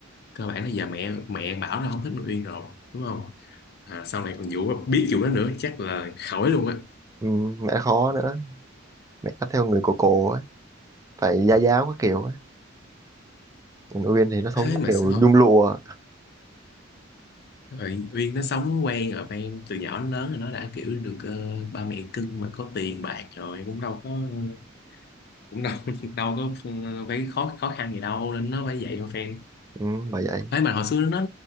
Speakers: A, on the left; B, on the right.
A: cơ bản là giờ mẹ mẹ Bảo nó không thích thằng Uyên rồi đúng không à, sau này còn vụ biết vụ đó nữa chắc là khỏi luôn á
B: ừ, mẹ nó khó nữa mẹ nó theo người cổ cổ ấy phải gia giáo các kiểu ấy còn Uyên thì nó sống
A: thế mà
B: kiểu
A: sẽ thôi
B: nhung lụa
A: rồi Uyên nó sống quen ở ven từ nhỏ đến lớn rồi nó đã kiểu được ờ, ba mẹ cưng mà có tiền bạc rồi cũng đâu có ờ, cũng đâu <laughs> đâu có ờ, phải khó khó khăn gì đâu nên nó phải vậy mà fan
B: Ừ, bởi vậy
A: thế mà hồi xưa nó